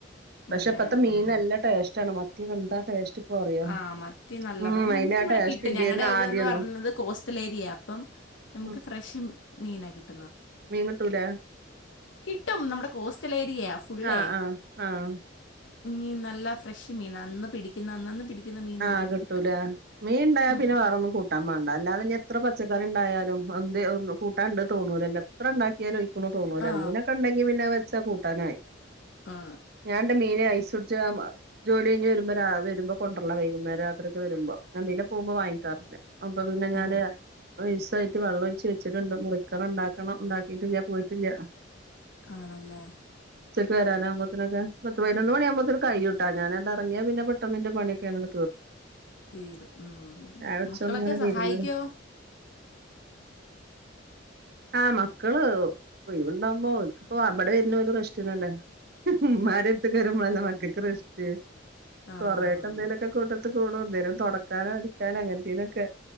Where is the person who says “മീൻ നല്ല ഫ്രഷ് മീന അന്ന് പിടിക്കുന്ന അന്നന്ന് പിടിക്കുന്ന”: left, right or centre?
Left